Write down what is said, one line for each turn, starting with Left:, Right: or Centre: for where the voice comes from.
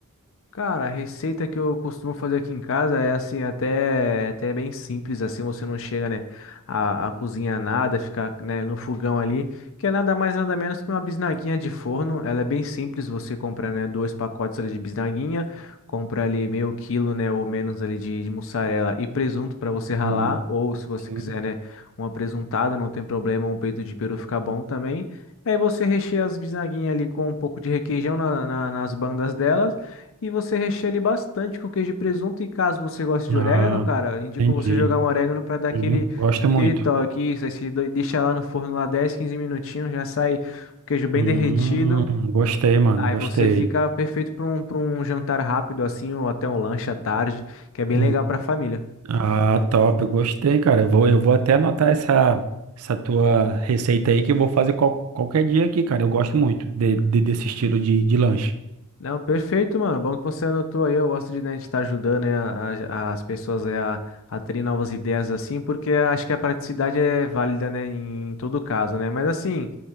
Left: Cara, a receita que eu costumo fazer aqui em casa é assim, até, até bem simples, assim, você não chega, né, a, a cozinhar nada, ficar, né, no fogão ali, que é nada mais, nada menos que uma bisnaguinha de forno, ela é bem simples, você compra, né, dois pacotes ali de bisnaguinha, compra ali meio quilo, né, ou menos ali de, de mussarela e presunto para você ralar,
Right: Hum,
Left: ou se você
Right: sim.
Left: quiser, né, uma presuntada, não tem problema, um peito de peru fica bom também, aí você recheia as bisnaguinhas ali com um pouco de requeijão na- na- nas bandas delas, e você recheia ele bastante com queijo e presunto. E caso você goste de
Right: Ah,
Left: orégano, cara, indico
Right: entendi.
Left: você jogar um orégano para dar aquele,
Right: Sim, gosto
Left: aquele
Right: muito.
Left: toque. Isso, aí você do- deixa lá no forno lá 10, 15 minutinhos, já sai o queijo bem
Right: Hum,
Left: derretido.
Right: gostei, mano,
Left: Aí
Right: gostei.
Left: você fica perfeito para um, para um jantar rápido assim, ou até um lanche à tarde, que é bem
Right: Hum,
Left: legal para família.
Right: Ah, top, gostei, cara. Eu vou, eu vou até anotar essa, essa tua receita aí que eu vou fazer qual- qualquer dia aqui, cara. Eu gosto muito de- de- desse estilo de, de lanche.
Left: Não, perfeito, mano. Bom que você anotou aí. Eu gosto de, né, de estar ajudando, né, a- a- as pessoas é, a, a terem novas ideias assim, porque acho que a praticidade é válida, né, em todo caso, né? Mas assim.